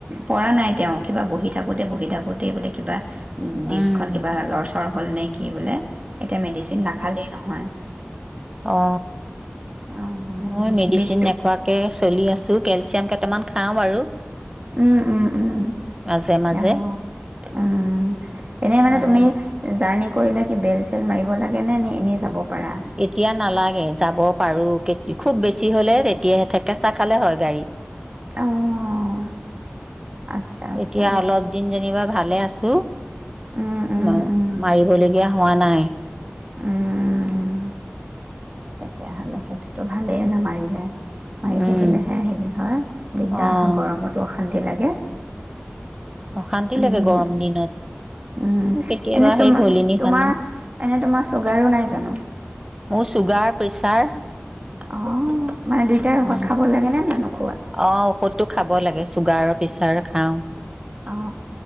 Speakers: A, on the right (about 35°); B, on the right (about 15°).
A: পৰা নাই তেওঁ কিবা বহি থাকোতে বহি থাকোতেই বোলে কিবা উ ডিছখন
B: উম
A: কিবা লৰ অ হল নেকি? সি বোলে এতিয়া মেডিচিন নাখালেই নহয়।
B: অ
A: অঁ
B: মই মেডিচিন
A: বিষটো
B: নেখুৱা কে চলি আছো কেলচিয়াম কেইটামান খাওঁ বাৰু।
A: উম উম উম
B: মাজে মাজে
A: আহ উম এনে মানে
B: মাজে
A: তুমি
B: মাজে
A: জাৰ্ণি কৰিলে কি বেল চেল মাৰিব লাগে নে নে এনেই যাব? পাৰা
B: এতিয়া নালাগে, যাব পাৰো কেত খুব বেছি হলে তেতিয়াহে থেকেচা খালে হয় গাড়ী।
A: অঁ আচ্ছা আচ্ছা
B: এতিয়া অলপ দিন যেনিবা ভালে আছো।
A: উম উম
B: ম
A: উম
B: মাৰিবলগীয়া হ হোৱা নাই।
A: উম। তেতিয়াহলে সেইটোতো ভালেই নামাৰিলে। মাৰি
B: উম।
A: থাকিলেহে হেৰি হয় দিগদাৰ
B: অ'
A: হয় গৰমতো শান্তি লাগে।
B: অশান্তি
A: উমম
B: লাগে গৰম দিনত।
A: উম,
B: কেতিয়াবা
A: এনে চুমা
B: সেই ভলিনি
A: তোমাৰ
B: সানো।
A: এনে তোমাৰ চুগাৰো নাই জানো?
B: মোৰ চুগাৰ প্ৰেচাৰ
A: অ মানে দুইটাৰ ঔষধ
B: উম।
A: খাব লাগে নে ন
B: অ ঔষধটো খাব। <unintelligible> লাগে চুগাৰ পিছাৰ খাওঁ।
A: অ